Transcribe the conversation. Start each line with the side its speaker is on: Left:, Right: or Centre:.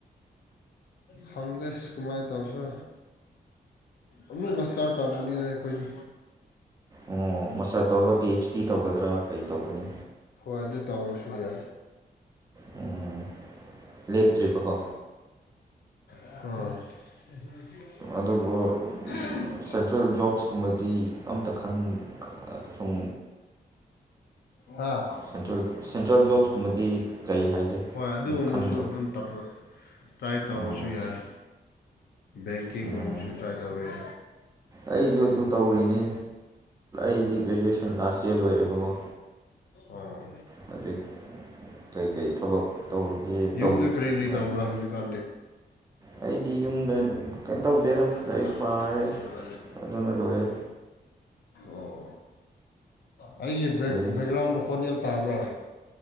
Left: ꯈꯪꯗꯦꯁ ꯀꯃꯥꯏꯅ ꯇꯧꯁ ꯑꯃꯨꯛ ꯃꯁꯇꯥꯔ ꯇꯝꯕꯅꯤ ꯑꯩꯈꯣꯏꯗꯤ
Right: ꯑꯣ ꯃꯁꯥ ꯇꯧꯔꯒ ꯄꯤ ꯑꯩꯆ ꯗꯤ ꯇꯧꯒꯗ꯭ꯔꯥ ꯀꯩ ꯇꯧꯒꯅꯤ
Left: ꯑꯣꯏꯗꯨ ꯇꯧ ꯁꯌꯥ
Right: ꯎꯝ ꯂꯦꯞꯇ꯭ꯔꯤꯕꯀꯣ
Left: ꯑꯣ
Right: ꯑꯗꯨꯕꯨ ꯁꯦꯟꯇ꯭ꯔꯦꯜ ꯖꯣꯕꯁ ꯀꯨꯝꯕꯗꯤ ꯑꯝꯇ ꯈꯟ ꯁꯨꯝ
Left: ꯍꯥꯥ
Right: ꯁꯦꯟꯇ꯭ꯔꯦꯜ ꯁꯦꯟꯇ꯭ꯔꯦꯜ ꯖꯣꯕꯁꯀꯨꯝꯕꯗꯤ ꯀꯩ ꯍꯥꯏꯒꯦ
Left: ꯍꯣꯏ ꯑꯗꯨꯒꯨꯝꯕꯁꯨ
Right: ꯁꯨꯝ ꯈꯟꯗ꯭ꯔꯣ
Left: ꯑꯗꯨꯝ ꯇꯧ ꯇꯥꯏ ꯇꯧꯁꯨ
Right: ꯑꯣ
Left: ꯌꯥꯏ ꯦꯡꯀꯤꯡ
Right: ꯎꯝ
Left: ꯑꯣꯁꯨ ꯆꯥꯏ ꯇꯧꯕ
Right: ꯑꯩꯁꯨ ꯑꯗꯨ ꯇꯧꯔꯤꯅꯤ ꯑꯩꯗꯤ ꯒ꯭ꯔꯦꯖꯨꯋꯦꯁꯟ ꯂꯥꯁ ꯌꯔ ꯂꯣꯏꯔꯦꯕꯀꯣ
Left: ꯑꯣ
Right: ꯍꯧꯖꯤꯛ ꯀꯩꯀꯩ ꯊꯕꯛ ꯇꯧꯔꯒꯦ
Left: ꯌꯨꯝꯗ
Right: ꯇꯧ
Left: ꯀꯔꯤ ꯀꯔꯤ
Right: ꯍꯥꯏꯗꯤ
Left: ꯇꯧꯕ꯭ꯔꯥ ꯑꯁꯨꯅꯤ ꯀ
Right: ꯑꯩꯗꯤ ꯌꯨꯝꯗ ꯀꯩꯝ ꯇꯧꯗꯦꯗ
Left: ꯀꯅ
Right: ꯂꯥꯏꯔꯤꯛ
Left: ꯃ
Right: ꯄꯥꯔꯦ ꯑꯗꯨꯅ ꯂꯣꯏꯔꯦ
Left: ꯑꯣ ꯑꯩꯒꯤ
Right: ꯑꯗꯩ
Left: ꯕꯦꯛꯒ꯭ꯔꯥꯎꯟ ꯃꯈꯣꯟ ꯌꯥꯝ ꯇꯥꯕ꯭ꯔꯥ